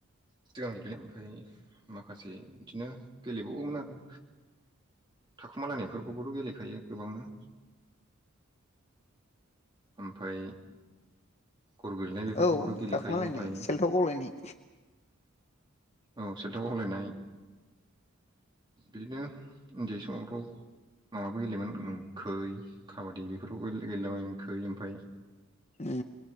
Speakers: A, on the right; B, on the left.
A: सिगां गेलेदों ओमफ्राय माखासे बिदिनो गेलेबावोमोन आरो थाखुमालायनायफोरखौबोथ' गेलेखायो गोबांनो। ओमफाय गर गोलैनाय बेफोरखौबोथ'
B: औ
A: गेलेखायो
B: दाखुमालायनाय
A: ओमफाय
B: सेलथाव गावलायनाय
A: औ सेल्थाव खावलायनाय बिदिनो उन्दै समावथाव न'बो गेलेयोमोन खै काबादि बेफोरखौ गेलेयबाय खै ओमफफ्राय
B: उ